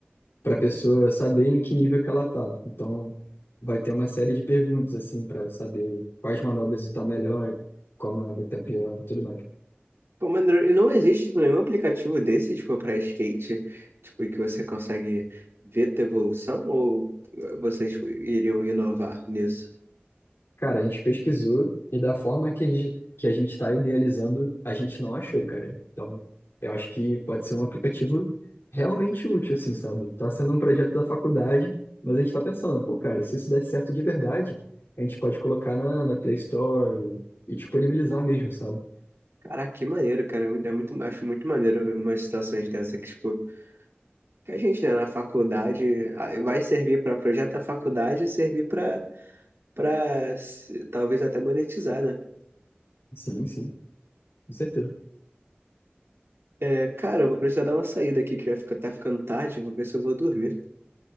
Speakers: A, on the left; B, on the right.
A: para a pessoa saber em que nível que ela tá. Então, vai ter uma série de perguntas assim para saber quais manobras está melhor, qual manobra está pior, tudo mais.
B: Pô, maneiro. E não existe, tipo, nenhum aplicativo desse, tipo, pra skate, tipo, em que você consegue ver tua evolução ou eh, vocês, tipo, iriam inovar nisso?
A: Cara, a gente pesquisou e da forma que a gente, que a gente está idealizando, a gente não achou, cara. Então, eu acho que pode ser um aplicativo realmente útil, assim, sabe? Tá sendo um projeto da faculdade, mas a gente está pensando, pô, cara, se isso der certo de verdade, a gente pode colocar na, na Play Store e, e disponibilizar mesmo, sabe?
B: Caraca, que maneiro, cara. É muito, é muito- acho muito maneiro ver umas situações dessa que, tipo, que a gente, né, na faculdade ah, vai servir pra projeto da faculdade e servir pra, pra se- talvez até monetizar, né?
A: Sim, sim, com certeza.
B: É, cara, eu vou precisar dar uma saída aqui que vai ficar, tá ficando tarde, vou ver se eu vou dormir,